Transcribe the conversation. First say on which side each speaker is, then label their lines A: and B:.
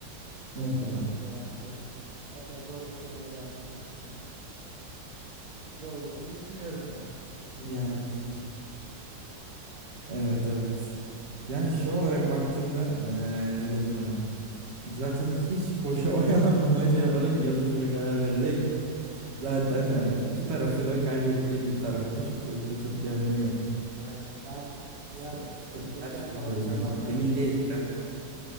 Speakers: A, on the right; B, on the right.
A: cevap
B: İnkana.
A: cevaptı. Zaten zor bir soruyla geleceğim demiştim. Zorladığımı düşünüyorum yani burada.
B: Yani evet evet. Yani şey olarak baktığımda eee ne denir ona? Zaten hiç boşa <laughs> oyalanmamaya
A: <laughs>
B: şey yaparak yazı tura karar vererek Zaten hani iki tarafı da kaybettiğim bir tarafmış. O yüzden çok bir önemi yok.
A: Aynen. Ben biraz
B: İşte öyle
A: Joker
B: her şeyi
A: falan
B: gözden
A: kullanman
B: emin
A: için
B: değilsen